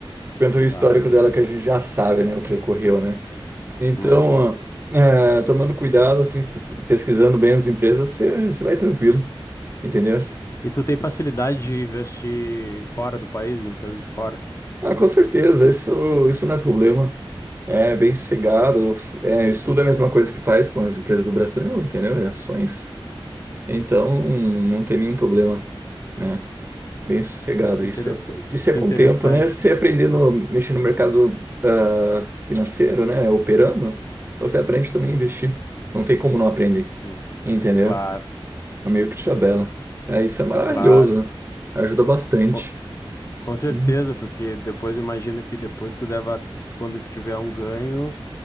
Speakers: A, on the right; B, on the left.
A: Por conta do histórico
B: claro.
A: dela que a gente já sabe, né? O que ocorreu, né? Então,
B: Uhum.
A: é, tomando cuidado, assim, s- pesquisando bem as empresas, você você vai tranquilo, entendeu?
B: E tu tem facilidade de investir fora do país, em empresas de fora?
A: Ah, com certeza, isso, isso não é problema. É bem sossegado. É, estudo é a mesma coisa que faz com as empresas do Brasil, entendeu? É ações. Então, não tem nenhum problema, né? Bem sossegado
B: Interessante.
A: isso. Isso é
B: Que
A: com
B: Interessante.
A: o tempo, né? Você aprendendo a mexer no mercado ah, financeiro, né? Operando, você aprende também a investir. Não tem como não aprender,
B: Sim,
A: entendeu?
B: claro,
A: É meio que tabela. É, isso é maravilhoso.
B: claro.
A: Ajuda bastante.
B: Com, com certeza,
A: Hum.
B: porque depois eu imagino que depois tu deva, quando tiver um ganho,